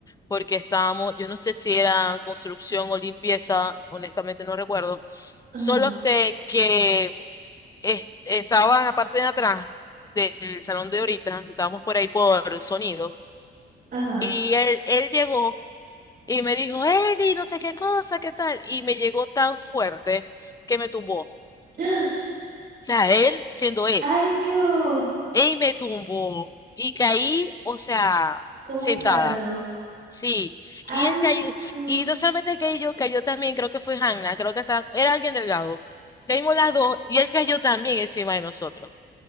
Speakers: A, on the left; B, on the right.
A: porque estábamos, yo no sé si era construcción o limpieza, honestamente no recuerdo.
B: Ajá.
A: Solo sé que es- estaba en la parte de atrás del salón de ahorita, estábamos por ahí por el sonido
B: Ajá.
A: y él, él llegó y me dijo, Eli, no sé qué cosa, qué tal, y me llegó tan fuerte que me tumbó. O
B: ¡Ah!
A: sea, él siendo él.
B: ¡Ay, Dios!
A: Y me tumbó y caí, o sea,
B: Como
A: sentada.
B: un plátano.
A: Sí.
B: ¡Ay,
A: Y él cayó,
B: Dios!
A: y no solamente caí yo, cayó también, creo que fue Hanna, creo que hasta era alguien delgado. Caímos las dos y él cayó también encima de nosotros.